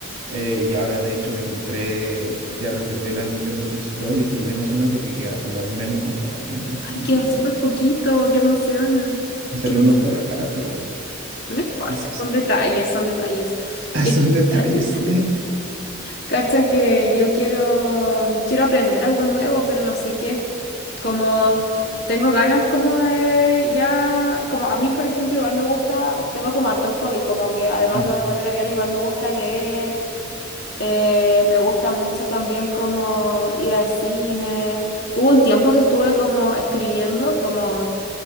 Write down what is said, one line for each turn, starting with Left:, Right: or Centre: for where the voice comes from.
Right: eh, y ahora de hecho me compré, ya reservé la Nintendo Switch 2 y estoy muy emocionado porque queda como un mes nomás para tenerla así
Left: Ay,
Right: misma.
Left: queda súper poquito. Qué emoción.
Right: Me salió
Left: Qué emoción.
Right: un ojo de la cara, pero
Left: No importa.
Right: así son,
Left: Son detalles, son detalles.
Right: <laughs>
Left: Qué
Right: son detalles,
Left: genial.
Right: sí.
Left: Cacha que yo quiero, quiero aprender algo nuevo, pero no sé qué. Como tengo ganas como de ya, como a mí por ejemplo igual me gusta, tengo como hartos hobbies, como que además
Right: Mm,
Left: de volar aviones igual me gusta leer, eh, me gusta mucho también como ir al cine. Hubo un tiempo que estuve como escribiendo como,